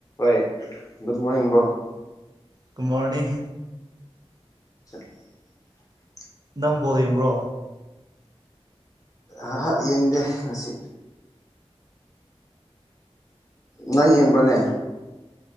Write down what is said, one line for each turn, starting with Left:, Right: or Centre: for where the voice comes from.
Left: ꯍꯣꯏ good morning ꯏꯕꯣ
Right: good morning
Left: <unintelligible>
Right: ꯅꯪꯕꯣ ꯌꯦꯡꯕ꯭ꯔꯣ
Left: ꯥꯛ ꯌꯦꯡꯗꯦ ꯉꯁꯤ ꯅꯪ ꯌꯦꯡꯕ꯭ꯔꯅꯦ